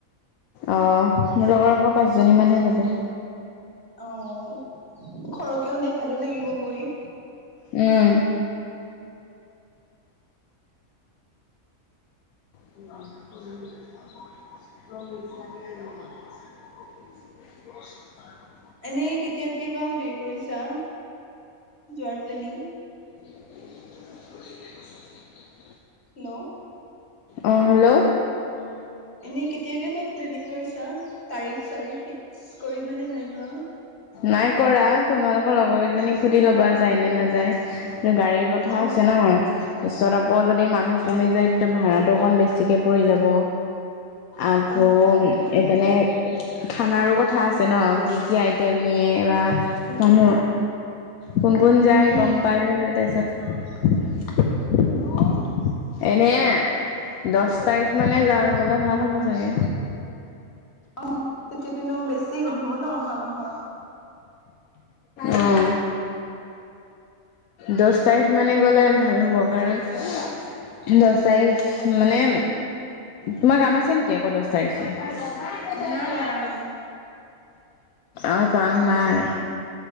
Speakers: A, on the left; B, on the left.
A: অ', মোৰ লগৰ আকৌ পাঁচজনীমান হে যাব।
B: অ', সৰহকে হ'লে ভালেই লাগিব গৈ।
A: উম। <inaudible> <inaudible>
B: এনেই কেতিয়াকে বা হেৰি কৰিছা যোৱাৰ প্লেনিং?
A: <inaudible>
B: হেল্ল'।
A: অ হেল্ল'।
B: এনেই কেতিয়াকে ব প্লেনিং কৰিছা তাৰিখ চাৰিখ ফিক্স কৰিলা নে নাই বা?
A: নাই কৰা তোমালোকৰ লগৰ কেইজনীক সুধি লবা যায় নে নাযায় কি গাড়ী- কথা
B: অ
A: আছে ন। তাৰপিছত আকৌ যদি মানুহ কমি যায় তেতিয়া ভাড়াটো অকণ বেছিকৈ পৰি যাব। আকৌ
B: অ অ হয় বাৰু
A: মানে খানাৰো কথা আছে ন কি কি- তেমিয়ে বা মানুহ কোন কোন যায়
B: উম
A: গম পাই মি তাৰপিছত- <unintelligible> কোনো এনেই, দহ তাৰিখ মানে যাব গ'লে ভাল হ'ব চাগে।
B: অ, তেতিয়া তেনো বেছি গম হব ন অহা মাহত।
A: অহ। দহ তাৰিখ মানে গ'লে ভাল হ'ব কাৰণ- দহ তাৰিখ মানে, তোমাৰ কাম আছে নেকি আকৌ দহ- তাৰিখে।
B: না নাই
A: অ কাম নাই,